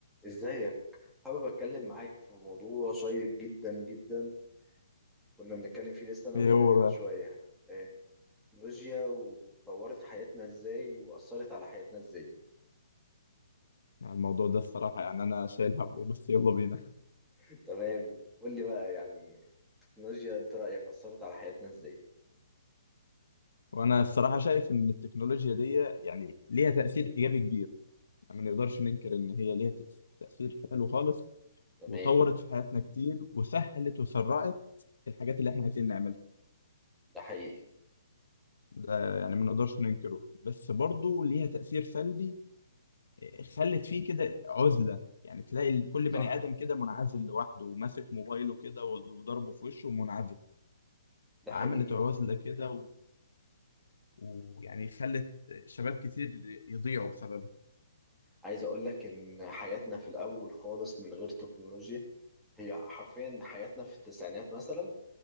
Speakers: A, in the centre; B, on the left.
A: ازيك حابب اتكلم معاك في موضوع شيق جدا جدا كنا بنتكلم فيه لسه انا
B: ايه
A: وزمايلي
B: هو بقى
A: من شويه آه، التكنولوجيا وطورت حياتنا ازاي واثرت على حياتنا ازاي
B: يعني الموضوع ده الصراحة يعني انا شايل همه بس يلا بينا
A: <laughs> تمام قول لي بقى يعني التكنولوجيا انت رايك اثرت على حياتنا ازاي
B: وانا الصراحة شايف ان التكنولوجيا دي يعني ليها تأثير ايجابي كبير يعني ما نقدرش ننكر ان هي ليها تأس- تأثير حلو خالص
A: تمام
B: وطورت في حياتنا كتير وسهلت وسرعت الحاجات اللي احنا عايزين نعملها
A: ده حقيقي
B: ده يعني ما نقدرش ننكره بس برضه ليها تأثير سلبي إيه، خلت فيه كده عزلة يعني تلاقي كل
A: صح
B: بني آدم كده منعزل لوحده وماسك موبايله كده وضربه في وشه ومنعزل
A: ده
B: فعملت
A: حقيقي
B: عزلة كده ويعني خلت شباب كتير يضيعوا بسببها
A: عايز اقول لك ان حياتنا في الاول خالص من غير تكنولوجيا هي حرفيا حياتنا في التسعينات مثلا